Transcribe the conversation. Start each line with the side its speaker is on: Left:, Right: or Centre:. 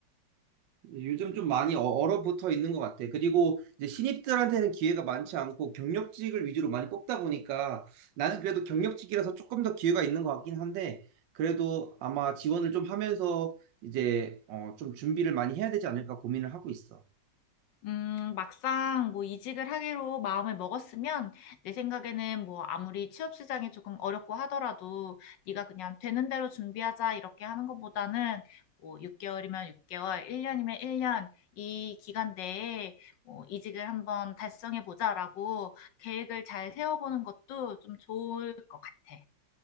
Right: 요즘 좀 많이 어- 얼어붙어 있는 것 같아. 그리고 이제 신입들한테는 기회가 많지 않고 경력직을 위주로 많이 뽑다 보니까 나는 그래도 경력직이라서 조금 더 기회가 있는 것 같긴 한데 그래도 아마 지원을 좀 하면서 이제 어, 좀 준비를 많이 해야 되지 않을까 고민을 하고 있어.
Left: 음, 막상 뭐 이직을 하기로 마음을 먹었으면 내 생각에는 뭐 아무리 취업 시장이 조금 어렵고 하더라도 네가 그냥 되는 대로 준비하자 이렇게 하는 것보다는 뭐 6개월이면 6개월, 1년이면 1년 이 기간 내에 뭐 이직을 한번 달성해 보자라고 계획을 잘 세워보는 것도 좀 좋을 것 같아.